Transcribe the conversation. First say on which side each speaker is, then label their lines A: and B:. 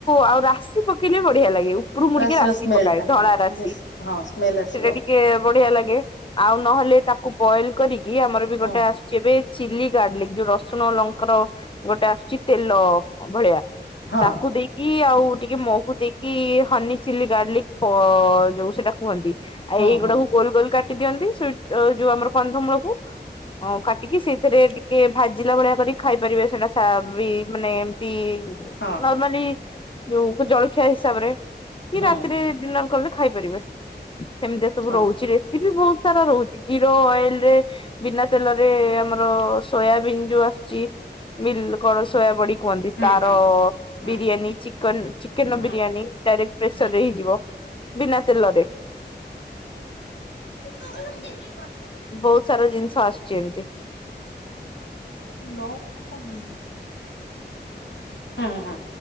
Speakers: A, on the left; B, on the left.
A: ଆଉ ରାଶି ପକେଇଲେ ବି ବଢିଆ ଲାଗେ ଉପରୁ ମୁ
B: ରାଶିର
A: ଟିକେ ରାଶି
B: ସ୍ମେଲ
A: ପକାଏ
B: ଟା
A: ଧଳା
B: ହଁ
A: ରାଶି
B: ଟିକେ ହଁ ସ୍ମେଲ ଆସିବ
A: ସେଟା ଟିକେ ବଢିଆ ଲାଗେ ଆଉ ନହେଲେ ତାକୁ ବଏଲ କରିକି ଆମର ବି
B: ହୁଁ
A: ଗୋଟେ ଆ ଏବେ ଚିଲି ଗାର୍ଲିକ ଯୋଉ ରସୁଣ ଲଙ୍କାର ଗୋଟେ ଆସୁଛି ତେଲ। ହଁ ଭଳିଆ
B: ହଁ
A: ତାକୁ ଦେଇକି ଆଉ ଟିକେ ମହୁ ଦେଇ କି ହନି ଚିଲି ଗାର୍ଲିକ ପ ଯୋଉ ସେଟା କୁହନ୍ତି ଆଉ
B: ହଁ
A: ଏଇଗୁଡାକୁ
B: ହଁ
A: ଗୋଲ ଗୋଲ କା ଟି ଦିଅନ୍ତିଟ ଯୋଉ ଆମର କନ୍ଧମୂଳକୁ କାଟିକି ସେଇଥିରେ ଟିକେ କି ଭାଜିଲା ଭଳିଆ କରିକି ଖାଇ ପାରିବେ ସେଇଟା ବି ମାନେ ଏମତି
B: ହଁ
A: ନର୍ମାଲି ଯୋଉ ଜଳଖିଆ ହିସାବରେ କି
B: ହଁ
A: ରାତିରେ ଡିନର କଲେ ଖାଇପାରିବେ। ସେମିତି ସବୁ
B: ହଁ
A: ରହୁଛି ରେସିପି ବହୁତ ସାରା ରହୁଛି ଜିରୋ ଅଏଲ ରେ ବିନା ତେଲରେ ଆମର ସୋୟାବିନ୍ ଯୋଉ ଆସୁଛି। ମିଲ କଣ ସୋୟା ବଡି କୁହନ୍ତି।
B: ହୁଁ
A: ତାର
B: ହୁଁ ହୁଁ
A: ବିରିୟାନୀ ଚିକନ୍ ଚିକେନ
B: ହୁଁ
A: ବିରିୟାନୀ ଡାଇରେକ୍ଟ ପ୍ରେସରରେ
B: ହୁଁ
A: ହେଇଯିବ। ବିନା ତେଲରେ।
B: <inaudible>
A: ବହୁତ ସାରା ଜିନିଷ ଆସୁଛି ଏମିତି।
B: <unintelligible> ହୁଁ- ହୁଁ।